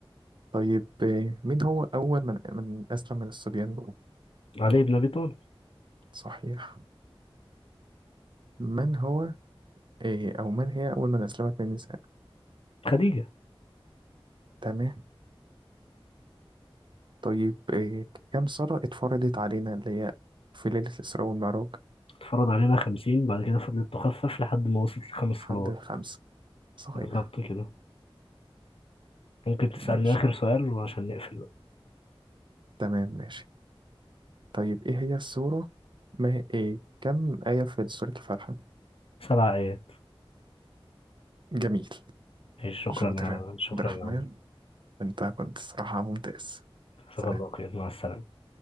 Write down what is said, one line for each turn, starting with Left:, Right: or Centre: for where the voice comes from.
Right: طيب إيه، مين هو أول من من أسلم من الصبيان
Left: علي بن أبي طالب
Right: صحيح من هو إيه أو من هي أول من أسلمت من النساء
Left: خديجة
Right: تمام طيب إيه كم سنة اتفرضت علينا اللي هي في ليلة الإسراء والمعراج
Left: اتفرض علينا 50 بعد كده فضلت تخفف لحد ما وصلت لخمس صلوات
Right: حد خمسة صحيح
Left: بالظبط كده ممكن تسألني
Right: ماشي
Left: آخر سؤال وعشان نقفل بقى.
Right: تمام ماشي طيب إيه هي السورة ما هي إيه كم آية في سورة الفاتحة
Left: سبع آيات
Right: جميل
Left: ماشي، شكرا
Right: شاطر
Left: يا
Right: يا
Left: شكرا
Right: عبد الرحمن
Left: يا عم
Right: أنت كنت الصراحة ممتاز
Left: شكرا
Right: سلام
Left: لك مع السلامة